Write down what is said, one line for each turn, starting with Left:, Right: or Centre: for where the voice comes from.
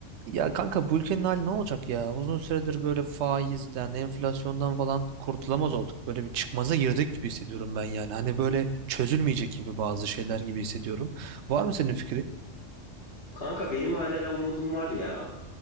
Right: Ya kanka bu ülkenin hali ne olacak ya? Uzun süredir böyle faizden, enflasyondan falan kurtulamaz olduk. Böyle bir çıkmaza girdik gibi hissediyorum ben yani. Hani böyle çözülmeyecek gibi bazı şeyler gibi hissediyorum. Var mı senin fikrin?
Left: Kanka benim hala umudum var ya.